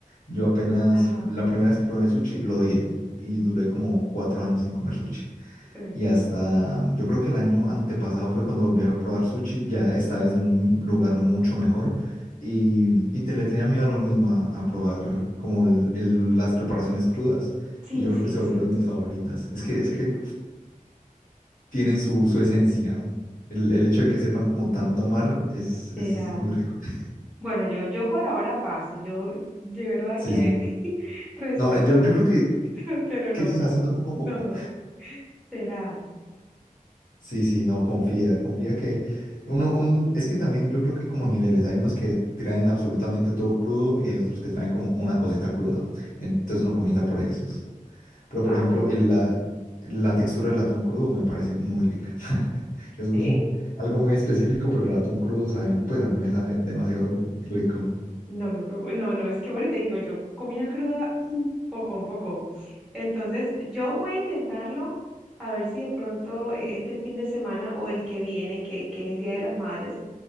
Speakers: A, on the left; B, in the centre.
A: yo apenas,
B: ajá.
A: la primera vez que probé sushi lo odié y duré como cuatro años sin comer sushi.
B: eh,
A: Y hasta, yo creo que el año antepasado fue cuando volví a probar sushi, ya esta vez de un lugar mucho mejor y, y te le tenía miedo a lo mismo, a, a probar como el- el- las preparaciones crudas
B: Sí,
A: y yo
B: sí,
A: creo que se volvieron
B: sí.
A: mis favoritas. Es que, es que tienen su, su esencia. ¿no? El, el hecho de que sepan como tanto amar es, es
B: Será.
A: muy rico. <laughs>
B: Bueno, yo, yo por ahora paso. Yo de verdad
A: Sí,
B: que
A: sí.
B: <laughs> respeto,
A: No, eh, yo, yo creo que,
B: pero, pero no,
A: que eso se está
B: no,
A: haciendo poco
B: no,
A: a poco.
B: no. Será.
A: Sí, sí, no, confía, confía que uno, un, es que también yo creo que hay como niveles. Hay unos que traen absolutamente todo crudo y hay otros que traen como una cosita cruda. Entonces uno comienza por esos. Pero por
B: Ah,
A: ejemplo,
B: bueno.
A: el- la, la textura del atún crudo me parece muy rica. <laughs> Es
B: ¿Sí?
A: un, algo muy específico, pero el atún crudo sabe- pues a mí me sabe demasiado rico.
B: No lo probo. No, no, es que bueno, y te digo yo, comida cruda, mm, poco, un poco. Entonces, yo voy a intentarlo, a ver si de pronto eh, este fin de semana o el que viene, que, que es el Día de las Madres,